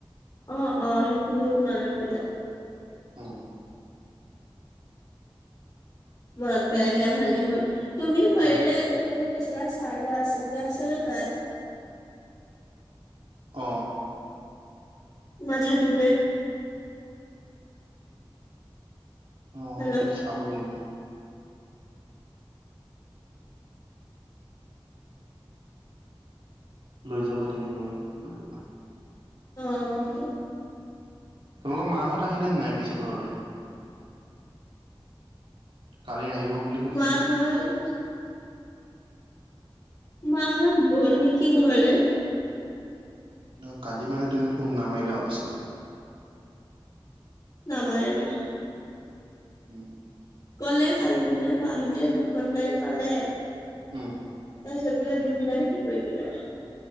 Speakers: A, on the left; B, on the right.
A: অ' - অ' সেইখিনিও তোমালৈ লৈ যাম।
B: উম,
A: মনত পেলাই দিলা ভালেই হ'ল। তুমিও পাৰিলে
B: অ',
A: তুমি যে কৈছিলা চাৰিয়া আছে বুলি, আছে নে নাই?
B: অ'।
A: মথাতো
B: অঁ
A: হেল্ল'
B: সেইটো চাব লাগিব। লৈ যাব লাগিব ম কোনা
A: অঁ
B: তোমালোকৰ মাহঁত আহিলে নাই পিছে ঘৰলৈ কালি আহিব বুলি শুনিছিলোঁ।
A: মা হত মাহত গল নেকি ঘৰলে
B: অঁ কালি মানে তুমি ফোন নামাৰিলা আৰু পিছত
A: নামাৰিলো।
B: উম।
A: কলে কালি বোলে মাহতে দুখন গাড়ী পালে
B: উম
A: তাৰপিছত বোলে দুই খনে বিক্ৰী কৰি দিলে